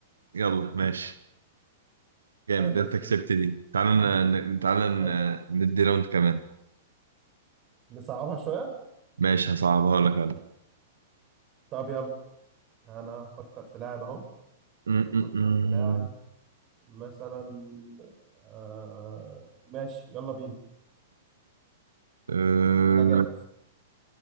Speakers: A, on the right; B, on the right.
A: يلا ماشي جامد
B: حلو ماشي
A: انت كسبت
B: ماشي.
A: دي تعالى
B: آه،
A: ن... تعالى ن...
B: حلو
A: ندي راوند كمان
B: نصعبها شويه
A: ماشي هصعبها لك انا
B: طب يلا انا افكر في لاعب اهو
A: م-
B: افكر
A: م- م.
B: في لاعب مثلا آه ماشي يلا بينا
A: أه،
B: انا جاهز